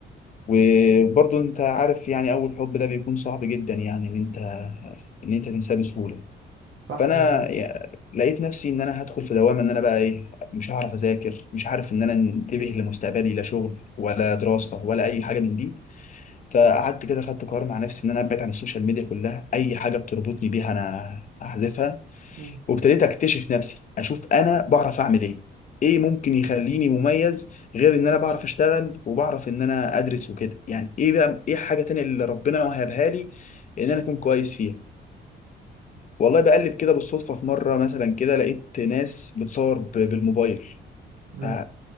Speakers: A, on the left (about 40°); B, on the right (about 70°).
A: وبرضه انت عارف يعني اول حب ده بيكون صعب جدا يعني ان انت ان انت تنساه بسهوله
B: صح
A: فانا
B: مظبوط
A: يا- لقيت نفسي ان انا هدخل في دوامه ان انا بقى ايه مش هعرف اذاكر مش عارف ان انا انتبه لمستقبلي لا شغل ولا دراسه ولا اي حاجه من دي فقعدت كده خدت قرار مع نفسي ان انا ابعد عن السوشيال ميديا كلها اي حاجه بتربطني بيها انا هحذفها
B: مم.
A: وابتديت اكتشف نفسي اشوف انا بعرف اعمل ايه ايه ممكن يخليني مميز غير ان انا بعرف اشتغل وبعرف ان انا ادرس وكده يعني ايه بقى ايه حاجه تانية اللي ربنا وهبها لي ان انا اكون كويس فيها والله بقلب كده بالصدفة في مرة مثلا كده لقيت ناس بتصور ب- بالموبايل
B: مم.
A: ف-